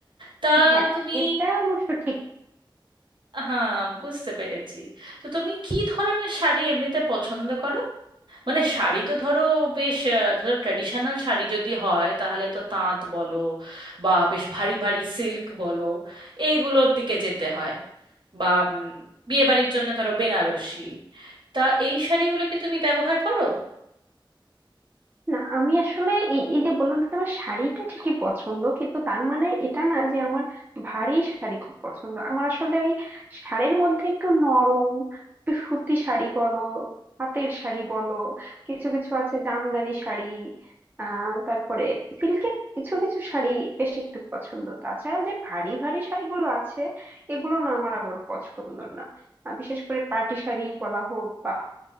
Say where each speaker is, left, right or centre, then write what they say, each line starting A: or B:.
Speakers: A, on the right (about 65°); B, on the right (about 20°).
A: তা
B: হ্যাঁ
A: তুমি
B: এটা অবশ্য ঠিক
A: হ্যাঁ বুঝতে পেরেছি তো তুমি কি ধরনের শাড়ি এমনিতে পছন্দ করো মানে শাড়ি তো ধরো বেশ আহ, ধরো ট্র্যাডিশনাল শাড়ি যদি হয় তাহলে তো তাঁত বলো বা বেশ ভারী ভারী সিল্ক বলো এইগুলোর দিকে যেতে হয় বা উম, বিয়ে বাড়ির জন্য ধরো বেনারসি তা এই শাড়িগুলো কি তুমি ব্যবহার করো
B: না আমি আসলে এই এই যে বললাম যে আমার শাড়িটা ঠিকই পছন্দ কিন্তু তার মানে এটা না যে আমার ভারী শাড়ি খুব পছন্দ আমার আসলে ওই শাড়ির মধ্যে একটু নরম একটু সুতি শাড়ি বলো পাতের শাড়ি বলো কিছু কিছু আছে জামদানি শাড়ি আহ তারপরে সিল্কের কিছু কিছু শাড়ি বেশ একটু পছন্দ তাছাড়া যে ভারী ভারী শাড়িগুলো আছে এগুলো না আমার আবার পছন্দ না আহ, বিশেষ করে পার্টি শাড়ি বলা হোক বা